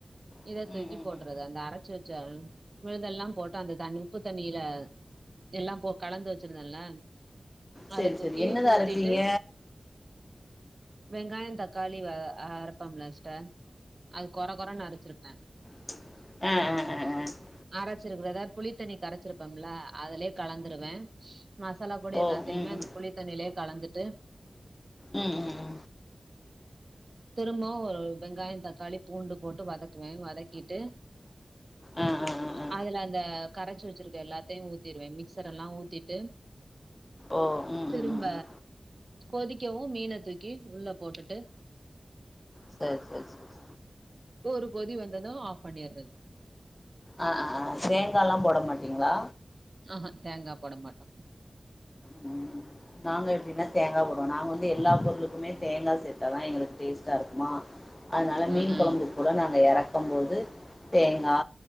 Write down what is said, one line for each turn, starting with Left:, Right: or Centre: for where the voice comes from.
Left: ம்
Right: இத தூக்கி
Left: ம் ம்
Right: போட்றது
Left: ம்
Right: அந்த அரச்சு வச்ச விழுதெல்லா போட் டு அந்த தண்ணி உப்பு தண்ணில எல்லா போ கலந்து வச்சுருந்தல
Left: சேரி
Right: அத தூக்கி
Left: சேரி என்னது
Right: ஊத்திட்டு
Left: அரப்பீங்க
Right: வெங்காய தக்காளி வ அரப்போம்ல சிஸ்டர் அது கொர கொரனு அரச்சிருப்ப
Left: அ அ அ அ
Right: அரைச்சுருக்கிறத புளித்தண்ணி கரச்சுருகம்ல அதுலயே கலந்துருவ மசாலா பொடி
Left: ஓ
Right: எல்லாத்தையுமே
Left: ம்
Right: அந்த
Left: ம்
Right: புளித்தண்ணிலயே கலந்துட்டு
Left: ம் ம் ம்
Right: திரும்பவு ஒரு வெங்காய தக்காளி பூண்டு போட்டு வதக்குவ வதக்கிட்டு
Left: ஆ ஆ ஆ ஆ
Right: அதுல அந்த கரைச்சு வச்சுருக்க எல்லாத்தையு ஊத்திருவ மிக்ஸர் எல்லா ஊத்தி ட்டு
Left: ஓ ம்
Right: திரும்ப
Left: ம் ம் ம்
Right: கொதிக்கவு மீன தூக்கி உள்ள போட்டுட்டு
Left: சர் சர் சர்
Right: ஒரு கொதி வந்தது ஆஃப் பண்ணிறது
Left: ஆ ஆ தேங்கா லா போட மாட்டீங்ளா
Right: ஆஹா தேங்கா போட மாட்டோ
Left: ம் நாங்க எப்டினா தேங்கா போடுவோ நாங்க வந்து எல்லா பொருளுக்குமே தேங்கா சேத்தா தா எங்களுக்கு டேஸ்டா இருக்குமா அதுனால மீன்
Right: ம் ம்
Left: கொழம்பு கூட நாங்க எறக்கும் போது தேங்கா